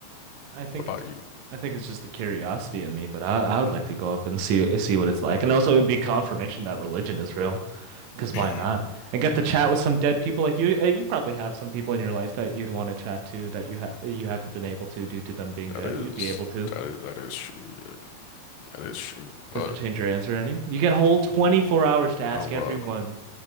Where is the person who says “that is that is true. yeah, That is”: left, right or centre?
Left